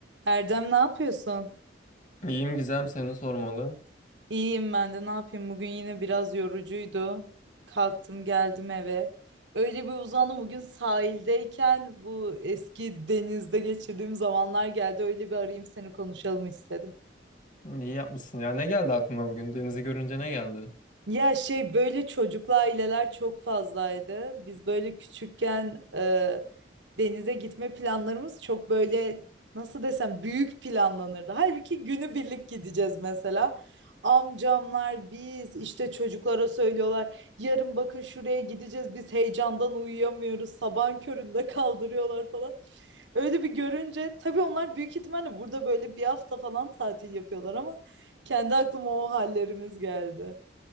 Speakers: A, on the right; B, on the left.
A: Erdem ne yapıyorsun?
B: İyiyim Gizem seni sormalı.
A: İyiyim ben de ne yapayım bugün yine biraz yorucuydu. Kalktım geldim eve. Öyle bir uzandım bugün sahildeyken bu eski denizde geçirdiğim zamanlar geldi. Öyle bir arayayım seni konuşalım istedim.
B: İyi yapmışsın. Ya ne geldi aklına bugün? Denizi görünce ne geldi?
A: Ya şey böyle çocuklu aileler çok fazlaydı. Biz böyle küçükken e, denize gitme planlarımız çok böyle nasıl desem büyük planlanırdı. Halbuki günü birlik gideceğiz mesela. Amcamlar biz işte çocuklara söylüyorlar. Yarın bakın şuraya gideceğiz. Biz heyecandan uyuyamıyoruz. Sabahın köründe kaldırıyorlar falan. Öyle bir görünce tabii onlar büyük ihtimalle burada böyle bir hafta falan tatil yapıyorlar ama kendi aklıma o hallerimiz geldi.